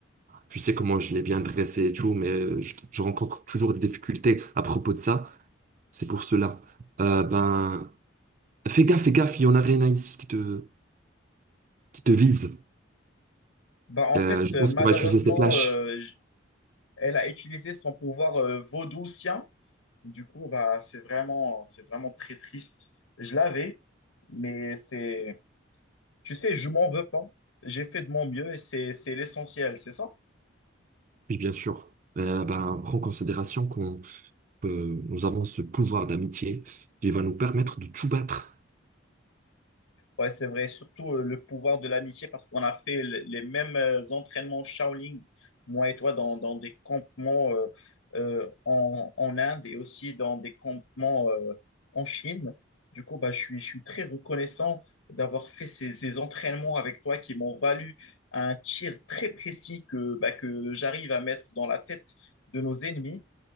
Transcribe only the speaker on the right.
Tu sais comment je l'ai bien dressé et tout, mais euh, je, je rencontre toujours des difficultés à propos de ça. C'est pour cela. Euh, ben, fais gaffe, fais gaffe, il y en a rien ici qui te, qui te vise.
Euh,
je
pense
qu'il va utiliser ses flashs.
Oui, bien sûr. Euh, ben, prends en considération qu'on que nous avons ce pouvoir d'amitié qui va nous permettre de tout battre.